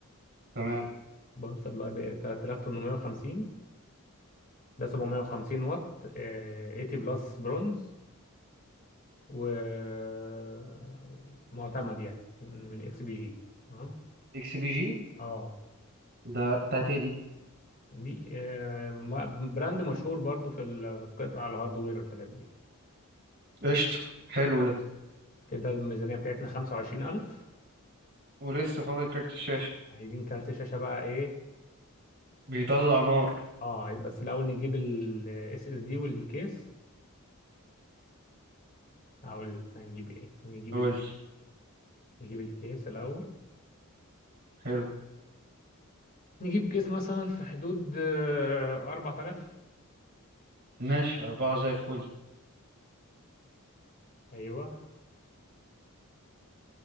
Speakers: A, on the right; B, on the left.
A: تمام
B: باور سبلاي ب 3850 ده 750 واط آه، 80 بلس برونز ومعتمد يعني من اكس بي جي تمام
A: اكس بي جي
B: اه
A: ده بتاعتي دي
B: دي آه، ما- براند مشهور برضو في القطع الهاردوير والحاجات دي
A: قشطة حلو ده
B: كده الميزانية بتاعتنا 25000
A: ولسه فاضل كارت الشاشة
B: عايزين كارت شاشة بقى ايه
A: بيطلع نار
B: اه بس الاول نجيب الاس اس دي والكيس هقول لك هنجيب ايه نجيب
A: قول
B: ال...
A: لي
B: نجيب الكيس الاول
A: حلو
B: نجيب كيس مثلا في حدود آه، 4000
A: ماشي أربعة زي الفل
B: ايوه